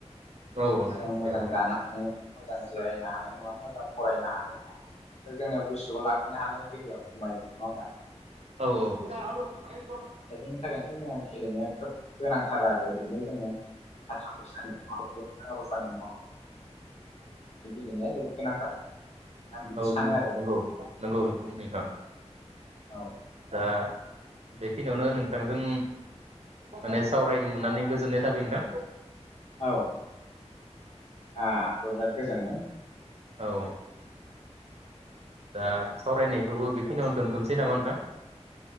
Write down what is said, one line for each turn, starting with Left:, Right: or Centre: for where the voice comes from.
Right: औ
Left: जोङो मोजां
Right: बेवहाय
Left: जानो हानाय नङा मोजां जिरायनो हानाय नङा मोजां फरायनो हानाय नङा। दा जोंनियाव गोसोआव लाखिनो हानाय गोहोआ खमायगोन नङा होमबा?
Right: औ-औ
Left: दा बेनि थाखायनो जोंहा गेलेनाया खोब गोनांथार आरो ओरै फ्राइ जोङो थाखा फैसानि <unintelligible> गेलेनाया जोबोर गोनांथार। आं बिदि
Right: औ
Left: सानो
Right: नं
Left: आरो
Right: -नंगौ-नंगौ नोंथां
Left: औ
Right: आ बेखिनियावनो नोंथांजों माने सावरायनो मोननानै गोजोननाय <unintelligible> नोथां।
Left: औ, आ आंबो बिराद गोजोनदों।
Right: औ दा सावरायनायखौबो बेखिनियाव दोनथ'नोसै नामा नोंथां?